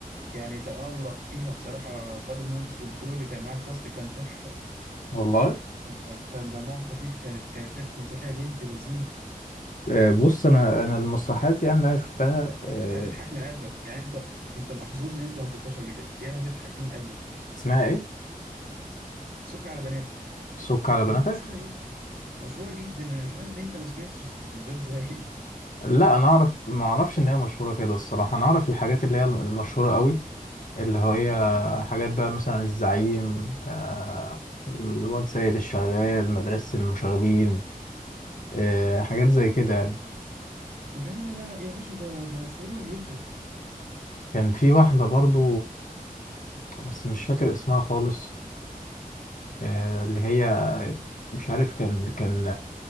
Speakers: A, on the right (about 80°); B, on the left (about 60°).
A: يعني تألق فيها بصراحه فؤاد المهندس والكرو اللي كان معاه الكاست كان تحفه
B: والله
A: كان دم- كان دمهم خفيف كانت كانت حته مسرحيه بنت لذينه
B: آه، بص انا انا المسرحيات يعني اللي انا شفتها آه،
A: هت- هتضحك من قلبك يعني انت انت محظوظ ان انت ما شفتهاش قبل كده دي هتضحك من قلبك
B: اسمها ايه
A: سك على بناتك
B: سك على بناتك
A: يا عم انتوا مشهوره قوي مشهورة جدا أنا مش عارف أنت ما سمعتش ده إزاي <laughs>
B: لا انا اعرف ما اعرفش ان هي مشهوره كده الصراحه انا اعرف الحاجات اللي هي المشهوره قوي اللي هي حاجات بقى مثلا الزعيم آه، الواد سيد الشغال مدرسه المشاغبين آه، حاجات زي كده يعني
A: لا لا لا لا يا باشا ده ده مشهورة جدا
B: كان في واحدة برضو بس مش فاكر اسمها خالص آه، اللي هي مش عارف كان كان